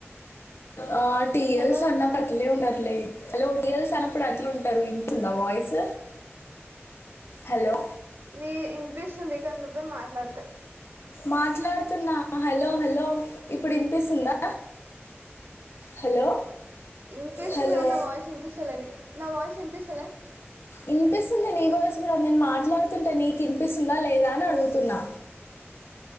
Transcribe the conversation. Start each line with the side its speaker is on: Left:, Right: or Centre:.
Left: ఆ టీయస్
Right: హలో
Left: అన్నాప్పట్లే ఉంటద్ ఉండదులే హలో టియాల్స్ అన్నప్పుడు అట్లా ఉంటాది ఇంకుందా వాయిస్ హలో
Right: ది వినిపిస్తుంది కానీ నువ్వే మాట్లాడతా
Left: మాట్లాడుతున్నా హలో హలో ఇప్పుడు వినిపిస్తుందా? హలో
Right: ఇనిపిస్తుంది
Left: హలో
Right: గనీ నా వాయిస్ ఎనిపిస్తలే నీకు నా వాయిస్ ఇనిపిస్తాలే
Left: ఇనిపిస్తుంది నీ వాయిస్ గూడా నేను మాట్లాడుత తుంటే నీకినిపిస్తుందా లేదా అని అడుగుతున్నా.